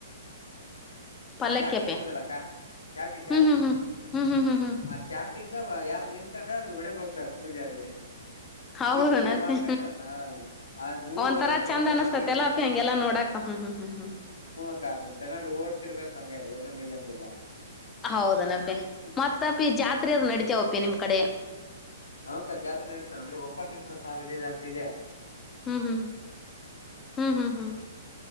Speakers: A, on the left; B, on the left.
A: ಪಲ್ಲಕ್ಕಿಪಿ
B: ಆ ಚಾಟಿ ಇರುದಲ್ಲಕ್ಕಾ ಚಾಟಿ ಚಾಟಿ
A: ಹ್ಮ್ ಹ್ಮ್ ಹ್ಮ್ ಹ್ಮ್ ಹ್ಮ್ ಹ್ಮ್ ಹ್ಮ್
B: ಆ ಚಾಟಿ ಯಾರು ನಿಂತ್ಕೊಂಡ್ರೆ ಅವ್ರರು ಹೊಡೆಗ್ ಹೋಗ್ತಾರೆ ಪೂಜಾರಿ
A: ಹೌದನಾ
B: ತೀರ್ಥೆಲ್ಲ
A: ಅಪಿ
B: ಮಾಡ್ಕೊಂಡು ಹಾ ಆ ಊರ್
A: ಒಂದ್
B: ಹೊರಗ್
A: ತರ
B: ಕರ್ಕೊಂಡ್
A: ಚೆಂದ ಅನಸ್ತತಿ
B: ಹೋಗಿ
A: ಎಲ್ಲ
B: ಬಿಟ್ಟು
A: ಅಪಿ
B: ಬರ್ತಾರೆ
A: ಹಂಗೆಲ್ಲಾ ನೋಡಾಕ ಹ್ಮ್ ಹ್ಮ್ ಹ್ಮ್ ಹ್ಮ್
B: <unintelligible> ತಗೊಂಡು ತ್ತಿರ್ಬೇಕು ಹಂಗೆ ಎಲ್ರು ನಿಲ್ಲಂಗಿಲ್ಲ
A: ಹೌದನಪ ಮತ್ತಪಿ ಜಾತ್ರೆರು ನಡಿತ ಹಪಿ ನಿಮ್ ಅ ಕಡೆ
B: ಹಕ ಜಾತ್ರೆ ನಡೀತದೆ ಅಂದ್ರೆ ಒಪ್ಪತ್ತೇಶ್ವರ ಸ್ವಾಮೀಜಿ ಅಂತದೆ
A: ಹ್ಮ್ ಹ್ಮ್ ಹ್ಮ್ ಹ್ಮ್ ಹ್ಮ್